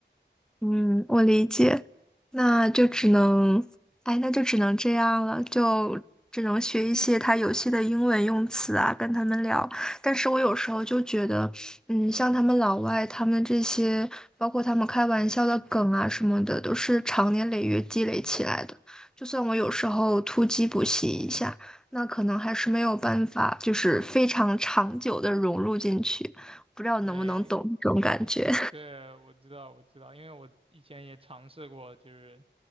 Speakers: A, in the centre; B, on the right.
A: 嗯，我理解，那就只能，哎，那就只能这样了，就只能学一些他游戏的英文用词啊，跟他们聊。但是我有时候就觉得，嗯，像他们老外，他们这些，包括他们开玩笑的梗啊什么的，都是长年累月积累起来的。就算我有时候突击补习一下，那可能还是没有办法，就是非常长久的融入进去。不知道能不能懂这种感觉。
B: 对，对，我知道，我知道，因为我以前也尝试过，就是